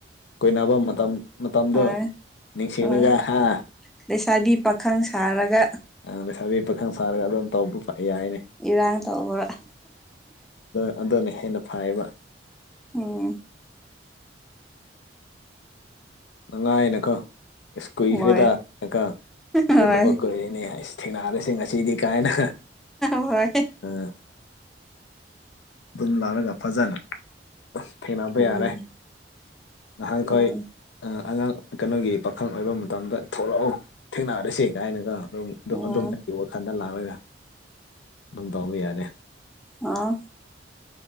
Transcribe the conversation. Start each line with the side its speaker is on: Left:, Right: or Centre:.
Left: ꯀꯨꯅꯕ ꯃꯇꯝ ꯃꯇꯝꯗꯣ
Centre: ꯍꯣꯏ
Left: ꯅꯤꯡꯁꯤꯡꯉꯒ
Centre: ꯍꯣꯏ
Left: ꯍꯥ
Centre: ꯂꯩꯁꯥꯕꯤ ꯄꯥꯈꯪ ꯁꯥꯔꯒ
Left: ꯎ ꯁ ꯄ ꯁꯥꯔꯒ ꯇꯧꯕ ꯌꯥꯏꯅꯦ
Centre: ꯏꯔꯥꯡ ꯇꯧꯕ
Left: ꯑꯗꯨꯅ ꯍꯦꯟꯅ ꯐꯩꯕ
Centre: ꯑꯣꯝ
Left: ꯅꯨꯡꯉꯥꯏꯅꯀꯣ ꯑꯦ ꯀꯨꯏꯈ꯭ꯔꯦꯗꯅꯀ
Centre: ꯍꯣꯏ ꯍꯣꯏ
Left: ꯎꯗꯃꯛ ꯀꯨꯔꯤꯅꯦ ꯑꯩ ꯊꯦꯡꯅꯔꯤꯁꯦ ꯉꯁꯤꯗꯤ ꯀꯥꯏꯅ
Centre: ꯍꯣꯏ
Left: ꯑꯥ ꯑꯗꯨꯝ ꯂꯥꯜꯂꯒ ꯐꯖꯅ ꯊꯦꯡꯅꯕ
Centre: ꯎꯝ
Left: ꯌꯥꯔꯦ ꯅꯍꯥꯟꯈꯣꯏ
Centre: ꯎꯝ
Left: ꯑꯉꯥꯡ ꯀꯩꯅꯣꯒꯤ ꯄꯥꯈꯪ ꯑꯣꯏꯕ ꯃꯇꯝꯗ ꯊꯣꯛꯂꯛꯎ ꯊꯦꯡꯅꯔꯁꯦ ꯀꯥꯏꯅꯒ ꯑꯗꯨꯝ
Centre: ꯎꯝ
Left: ꯑꯗꯨꯝ ꯑꯩꯒꯤ ꯋꯥꯈꯜꯗ ꯂꯥꯛꯂꯒ ꯑꯗꯨꯝ ꯇꯧꯕ ꯌꯥꯅꯤ
Centre: ꯑꯥ